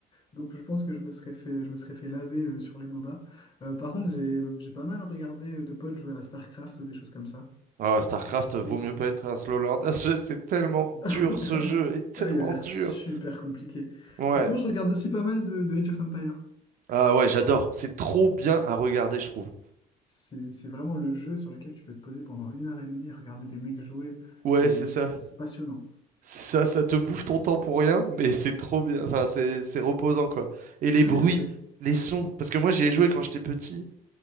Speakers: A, on the left; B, on the right.
A: Donc, je pense que je me serais fait, je me serais fait laver euh, sur les MOBA. Euh, par contre, j'ai, j'ai pas mal regardé euh, de potes jouer à StarCraft ou des choses comme ça.
B: Ah ouais, StarCraft vaut
A: Ou-
B: mieux pas être un slow learner. <laughs> C'est tellement dur
A: <laughs>
B: ce jeu, est tellement
A: Ah, il a l'air
B: dur.
A: super compliqué.
B: Ouais.
A: Mais sinon, je regarde aussi pas mal de, de Age of Empires.
B: Ah ouais, j'adore. C'est trop bien à regarder, je trouve.
A: C'est c'est vraiment le jeu sur lequel tu peux te poser pendant une heure et demie, regarder des mecs jouer.
B: Ouais,
A: C'est
B: c'est ça.
A: c'est- c'est passionnant.
B: C'est ça, ça te bouffe ton temps pour rien, mais c'est trop bien. Enfin, c'est c'est reposant quoi. Et les
A: Ouais,
B: bruits,
A: il y a un côté-
B: les sons. Parce que moi, j'y ai joué quand j'étais petit